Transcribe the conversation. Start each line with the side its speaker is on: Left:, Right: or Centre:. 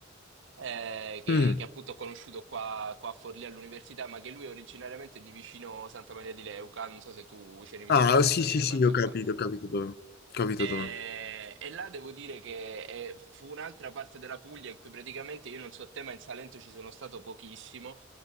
Right: eh, che,
Left: Mm.
Right: che appunto ho conosciuto qua, qua a Forlì all'università, ma che lui è originariamente di vicino Santa Maria di Leuca. Non so se tu c'eri mai
Left: Ah,
Right: stato,
Left: sì,
Right: se
Left: sì,
Right: c'eri
Left: sì,
Right: mai passato.
Left: ho capito, ho capito dove. Ho capito
Right: E,
Left: dove.
Right: e là devo dire che eh, fu un'altra parte della Puglia in cui praticamente io non so te, ma in Salento ci sono stato pochissimo.